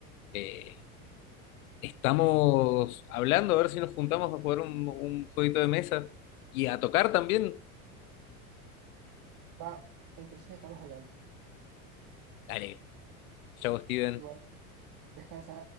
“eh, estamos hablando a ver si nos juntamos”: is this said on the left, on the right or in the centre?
Left